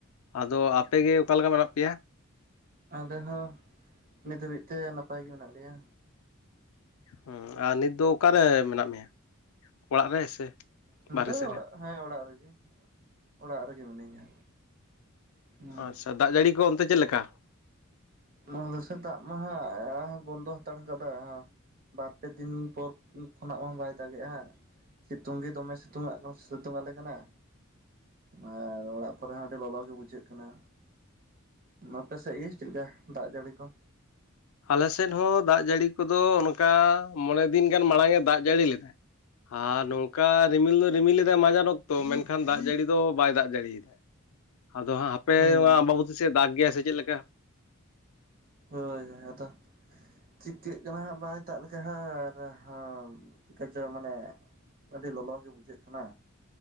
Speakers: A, on the left; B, on the right.
A: ᱟᱫᱚ ᱟᱯᱮᱜᱮ ᱚᱠᱟᱞᱮᱠᱟ ᱢᱮᱱᱟ? ᱯᱮᱭᱟ
B: ᱟᱞᱮ ᱦᱚᱸ ᱱᱤᱛ ᱦᱟᱹᱵᱤᱡ ᱛᱮ ᱱᱟᱯᱟᱭ ᱜᱮ ᱢᱮᱱᱟᱜ ᱞᱮᱭᱟ᱾
A: ᱦᱩᱸ ᱟᱨ ᱱᱤᱛ ᱫᱚ ᱚᱠᱟᱨᱮ ᱢᱮᱱᱟᱜ ᱢᱮᱭᱟ ᱚᱲᱟᱜ ᱨᱮ ᱥᱮ
B: ᱱᱤᱛᱚᱜ
A: ᱵᱟᱨᱦᱮ ᱥᱮᱫ
B: ᱫᱚ
A: ᱨᱮ?
B: ᱚᱲᱟᱜ ᱦᱮᱸ ᱚᱲᱟᱜ ᱨᱮᱜᱮ ᱚᱲᱟᱜ ᱨᱮᱜᱮ ᱢᱤᱱᱟᱹᱧᱟ᱾ ᱦᱩᱸ
A: ᱟᱪᱪᱷᱟ ᱫᱟᱜ ᱡᱟᱹᱲᱤ ᱠᱚ ᱚᱱᱛᱮ ᱪᱮᱫᱮ ᱞᱮᱠᱟ?
B: ᱟᱞᱮ ᱥᱮ ᱫᱟᱜᱽ ᱢᱟᱦᱟᱸᱟᱜ ᱵᱚᱱᱫᱚ ᱦᱟᱛᱟᱲ ᱠᱟᱫᱟ ᱵᱟᱨ ᱯᱮ ᱫᱤᱱ ᱯᱚᱨ ᱠᱷᱚᱱᱟᱜ ᱢᱟ ᱵᱟᱭ ᱫᱟᱜᱮᱜᱼᱟ᱾ ᱥᱤᱛᱩᱝ ᱜᱮ ᱫᱚᱢᱮ ᱥᱤᱛᱩᱝ ᱟᱜ ᱥᱤᱛᱩᱝ ᱟᱞᱮ ᱠᱟᱱᱟ᱾ ᱟᱨ ᱚᱲᱟᱜ ᱠᱚᱨᱮ ᱦᱚᱸ ᱟᱹᱰᱤ ᱞᱚᱞᱚ ᱜᱮ ᱵᱩᱡᱷᱟᱹᱜ ᱠᱟᱱᱟ᱾ ᱟᱯᱮ ᱥᱮᱫ ᱜᱮ ᱪᱮᱫ ᱞᱮᱠᱟ ᱫᱟᱜ ᱡᱟᱹᱲᱤ ᱠᱚ
A: ᱟᱞᱮ ᱥᱮᱫ ᱦᱚᱸ ᱫᱟᱜ ᱡᱟᱹᱲᱤ ᱠᱚᱫᱚ ᱚᱱᱠᱟ ᱢᱚᱬᱮ ᱫᱤᱱ ᱜᱟᱱ ᱢᱟᱲᱟᱝ ᱮ ᱫᱟᱜ ᱡᱟᱹᱲᱤ ᱞᱮᱫᱟᱭ ᱟᱨ ᱱᱚᱝᱠᱟ ᱨᱤᱢᱤᱞ ᱫᱚ ᱨᱤᱢᱤᱞ ᱮᱟᱭ ᱢᱟᱡᱟᱱ ᱚᱠᱛᱚ ᱢᱮᱱᱠᱷᱟᱱ ᱫᱟᱜ ᱡᱟᱹᱲᱤ ᱫᱚ ᱵᱟᱭ ᱫᱟᱜ ᱡᱟᱹᱲᱤᱭᱮᱫᱟᱭ ᱟᱫᱚ ᱦᱟᱸᱜ ᱦᱟᱯᱮ
B: ᱦᱩᱸ
A: ᱱᱚᱣᱟ ᱟᱢᱵᱟᱵᱚᱛᱤ ᱥᱮᱫ ᱫᱟᱜᱽ ᱜᱮᱭᱟ ᱥᱮ ᱪᱮᱫ ᱞᱮᱠᱟ
B: ᱦᱳᱭ ᱦᱳᱭ ᱟᱫᱚ ᱪᱤᱠᱟᱹᱜ ᱠᱟᱱᱟ ᱦᱟᱸᱜ ᱵᱟᱭ ᱫᱟᱜᱽ ᱞᱮᱠᱷᱟ ᱦᱚ ᱟᱨ ᱪᱤᱠᱟᱹᱪᱚ ᱢᱟᱱᱮ ᱟᱹᱰᱤ ᱞᱚᱞᱚᱜᱮ ᱵᱩᱡᱷᱟᱹᱜ ᱠᱟᱱᱟ